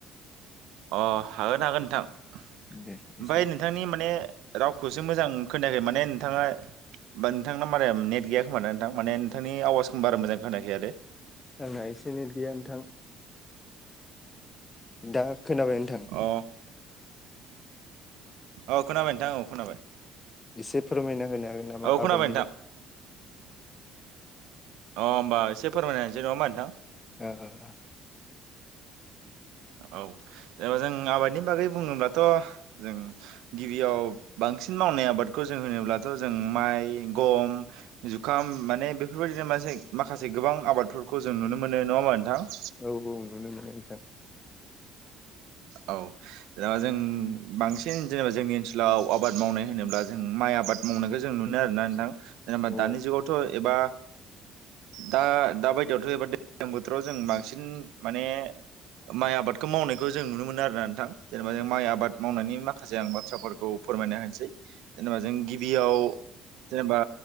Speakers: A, on the right; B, on the left.
A: अ हागोन हागोन नोंथां ओमफ्राय
B: दे एसे
A: नोंथांनि माने राव खौसो मोजां खोनायाखै माने नोंथाङा बा नोंथां मारै नेट गैया खोमा ने नोंथां माने नोंथांनि आवाजखौनो बारा मोजां खोनायाखै आरो
B: आंहा एसेनो गैया नोंथां दा खोनाबाय नोंथां
A: अ औ खोनाबाय नोंथां औ खोनाबाय
B: एसे फोरमायना होनो हागोन नामा
A: औ खोनाबाय
B: आबादनि
A: नोंथां अ होमबा एसे फोरमायनोसै नङामा नोंथां?
B: ओ ओ ओ
A: औ जेनेबा जों आबादनि बागै बुङोब्लाथ' जों गिबियाव बां बांसिन मावनाय आबादखौ जों होनोब्लाथ' जों माइ गम जुखाम माने बेफोरबायदि जों। मोनसे माखासे गोबां आबादफोरखौ जों नुनो मोनो नङा होमबा नोंथां।
B: औ औ नुनो मोनो नोंथां।
A: औ जेनेबा जों बांसिन जेनेबा जोंनि ओनसोलाव आबाद मावनाय होनोब्ला जों माइ माइ आबाद मावनायखौ जों नुनो आरो ना नोंथां जेनेबा
B: अ औ
A: दानि जुगावथ' एबा। दा दा बायदियावथ' एबा दैज्लां बोथोराव जों बांसिन माने। माइ आबादखौ मावनायखौ जों नुनो मोनो आरोना नोंथां जेनेबा
B: औ
A: जों माइ आबाद मावनायनि माखासे आं बाथ्राफोरखौ फोरमायना होनोसै जेनेबा जों गिबियाव जेनेबा